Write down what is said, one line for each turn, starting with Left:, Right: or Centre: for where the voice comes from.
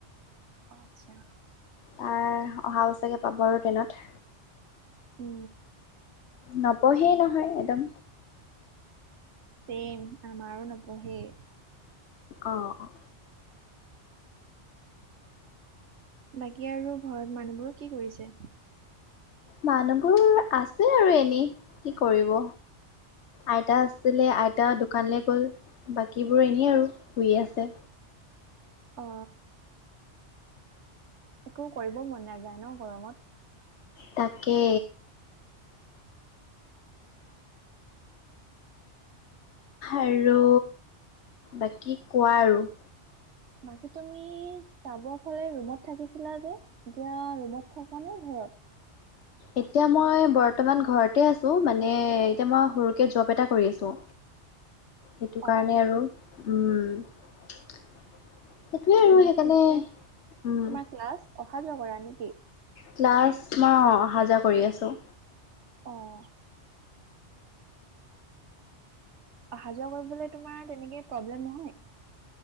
Right: আচ্ছা।
Left: তাৰ অহা বছকে পাব আৰু ট্ৰেনত।
Right: ও।
Left: নপঢ়েই নহয় একদম।
Right: চেম আমাৰো নপঢ়েই।
Left: অ অ।
Right: বাকি আৰু ঘৰত মানুহবোৰ কি কৰিছে?
Left: মানুহবোৰ আছে আৰু এনেই কি কৰিব। আইতা আছিল <unintelligible> আইতা দোকানলে গ'ল। বাকীবোৰ এনেই আৰু শুই আছে।
Right: অ। একো কৰিব মন নাযায় ন গৰমত?
Left: তাকে। আৰু বাকি কোৱা আৰু?
Right: বাকি তুমি, চাবোৱাফালে ৰুমত থাকিছিলা যে এতিয়া ৰুমত থাকা নে ঘৰত? ঘত।
Left: এতিয়া মই বৰ্তমান ঘৰতে আছোঁ। মানে এতিয়া মই সৰুকে জব এটা কৰি আছোঁ। সেইটো
Right: অ
Left: কাৰণে আৰু, উম। সেইটোৱে আৰু
Right: তুমি
Left: সেইকাৰণে,
Right: পিছে
Left: উম।
Right: তোমাৰ ক্লাছ অহা যোৱা কৰা নেকি?
Left: ক্লাছ মই অহা-যোৱা কৰি আছোঁ।
Right: অহ। অহা যোৱা কৰিবলে তোমাৰ তেনেকে প্ৰব্লেম নহয়?